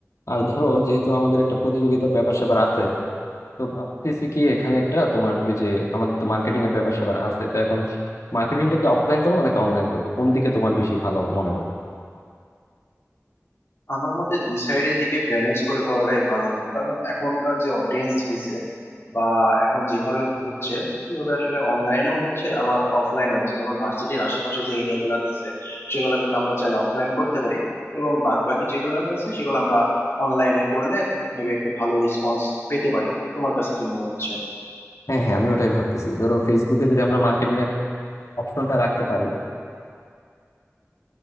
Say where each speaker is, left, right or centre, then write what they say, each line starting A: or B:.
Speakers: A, on the left; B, on the left.
A: আর ধরো যেহেতু আমাদের একটা প্রতিযোগিতার ব্যাপার স্যাপার আছে তো ভাবতেছি কি এখানে একটা তোমার ওই যে আমাদের তো মার্কেটিং এর ব্যাপার স্যাপার আছে তো এখন মার্কেটিংটাকে অফলাইন করবো নাকি অনলাইন করবো কোন দিকে তোমার বেশি ভালো মনে হয়
B: আমার মতে দুই সাইডের দিকে ব্যালেন্স করে করাটাই ভালো হবে কারণ এখনকার যে অডিয়েন্স হয়েছে বা এখন যেভাবে হচ্ছে সেভাবে আসলে অনলাইনেও হচ্ছে আবার অফলাইনে হচ্ছে যেমন ভার্সিটির আশেপাশে যে এরিয়া গুলো আছে সেগুলো কিন্তু আমরা চাইলে অফলাইন করতে পারি এবং বাদ বাকি যেগুলো আছে সেগুলো আমরা অনলাইনে করলে মেবি একটা ভালো রেসপন্স পেতে পারি তোমার কাছে কি মনে হচ্ছে
A: হ্যাঁ হ্যাঁ আমি ওটাই ভাবতেছি ধরো ফেসবুকে যদি আমরা মার্কেটিং অপশনটা রাখতে পারি